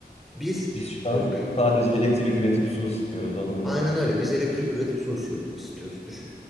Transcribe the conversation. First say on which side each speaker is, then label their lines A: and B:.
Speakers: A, in the centre; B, on the left.
A: Biz
B: Biz şu an
A: e, gü-
B: sadece elektrik üretip su ısıtıyoruz onunla.
A: aynen öyle. Biz elektrik üretip su ısıyor- ısıtıyoruz. Düşün.